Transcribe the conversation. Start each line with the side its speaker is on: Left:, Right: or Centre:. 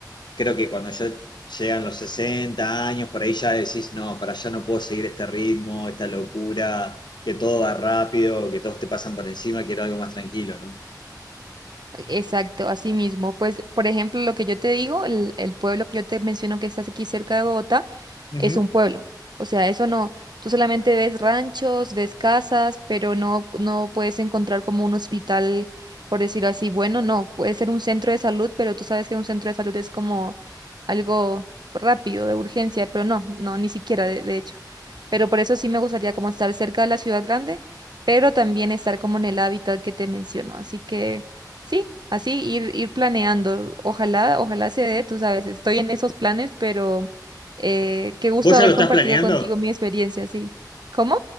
Left: creo que cuando ya llegan los 60 años, por ahí ya decís, no, para allá no puedo seguir este ritmo, esta locura, que todo va rápido, que todos te pasan por encima, quiero algo más tranquilo, ¿no?
Right: Exacto, así mismo. Pues, por ejemplo, lo que yo te digo, el, el pueblo que yo te menciono que está aquí cerca de Bogotá,
Left: Ujú.
Right: es un pueblo. O sea, eso no, tú solamente ves ranchos, ves casas, pero no, no puedes encontrar como un hospital, por decirlo así, bueno, no, puede ser un centro de salud, pero tú sabes que un centro de salud es como algo rápido, de urgencia, pero no, no, ni siquiera, de, de hecho. Pero por eso sí me gustaría como estar cerca de la ciudad grande, pero también estar como en el hábitat que te menciono. Así que sí, así ir, ir planeando. Ojalá, ojalá se dé, tú sabes, estoy en esos planes, pero eh, qué gusto
Left: ¿Vos
Right: haber
Left: ya lo
Right: compartido
Left: estás planeando?
Right: contigo mi experiencia, sí. ¿Cómo?